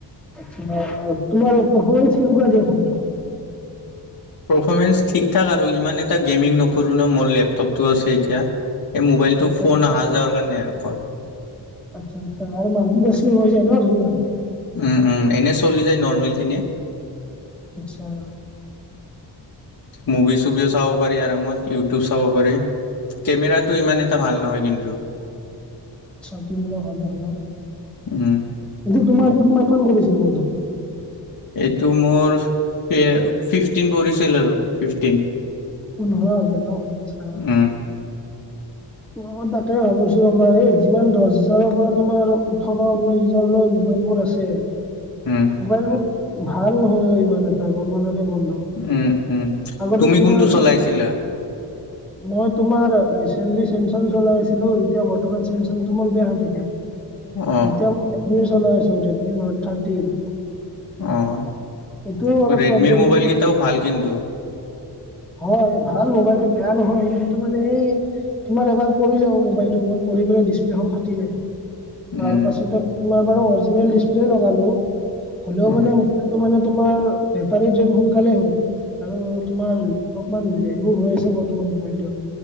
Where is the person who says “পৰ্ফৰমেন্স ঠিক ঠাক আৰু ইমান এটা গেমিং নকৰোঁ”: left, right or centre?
Left